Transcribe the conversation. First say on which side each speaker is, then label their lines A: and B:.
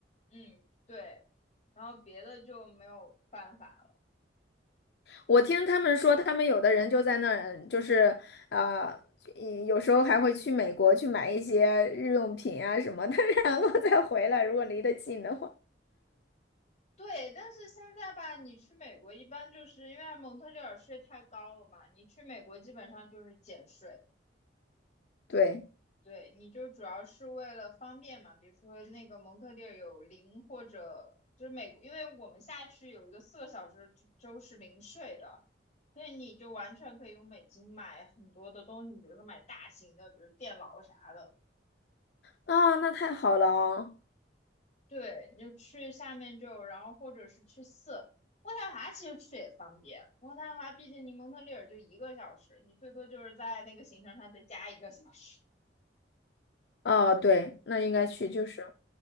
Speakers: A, on the left (about 40°); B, on the left (about 60°).
A: 嗯，对，然后别的就没有办法了。
B: 我听他们说，他们有的人就在那儿，就是啊，一有时候还会去美国去买一些日用品啊什么的，<laughs> 然后再回来，如果离得近的话。
A: 对，但是现在吧，你去美国一般就是因为蒙特利尔税太高了嘛，你去美国基本上就是减税，
B: 对。
A: 对，你就主要是为了方便嘛，比如说那个蒙特利尔有零或者就是美国，因为我们下去有一个四个小时之州是零税的，所以你就完全可以用美金买很多的东西，比如说买大型的，比如电脑啥的。
B: 啊，那太好了哦。
A: 对，你就去下面就有然后或者是去四渥太华，其实去也方便。渥太华毕竟离蒙特利尔就一个小时，你最多就是在那个行程上再加一个小时。
B: 哦，对，那应该去，
A: 嗯
B: 就是